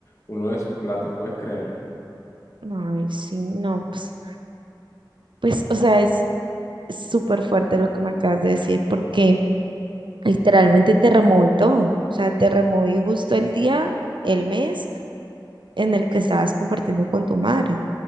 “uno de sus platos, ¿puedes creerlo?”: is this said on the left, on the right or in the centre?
Left